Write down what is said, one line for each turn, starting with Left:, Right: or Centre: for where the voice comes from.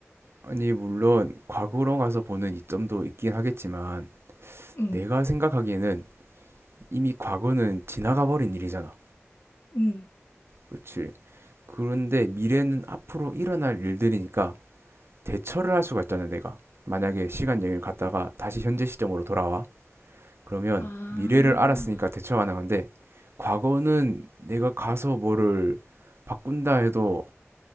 Right: 아니, 물론 과거로 가서 보는 이점도 있긴 하겠지만
Left: 응
Right: 내가 생각하기에는 이미 과거는 지나가 버린 일이잖아.
Left: 응
Right: 그렇지. 그런데 미래는 앞으로 일어날 일들이니까 대처를 할 수가 있잖아, 내가. 만약에 시간 여행을 갔다가 다시 현재 시점으로 돌아와. 그러면
Left: 아,
Right: 미래를 알았으니까 대처 가능한데 과거는 내가 가서 뭐를 바꾼다 해도